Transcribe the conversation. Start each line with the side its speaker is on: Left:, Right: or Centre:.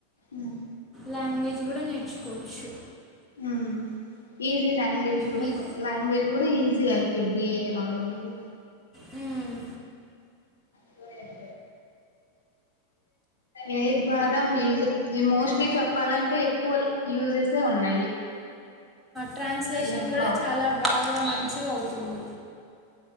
Left: ఉమ్
Centre: లాంగ్వే గుడ నేర్చుకోవచ్చు
Left: అ ఈజీ లాంగ్వేజ్ గూడ
Centre: మ్,
Left: లాంగ్వేజ్ గూడా ఈజీ అయిపోయిద్ది ఏ ఐ రావడం వల్ల
Centre: మ్.
Left: పోయన ఏ ఐ ద్వారా మ్యూజ్ ఈ మోస్ట్లీ చెప్పాలంటే ఎక్కువ యూజెస్సే ఉన్నాయి
Centre: ట్రాన్స్లేషన్
Left: ఈ
Centre: గూడా
Left: ప్రా
Centre: చాలా బాగా మంచిగా అవుతుంది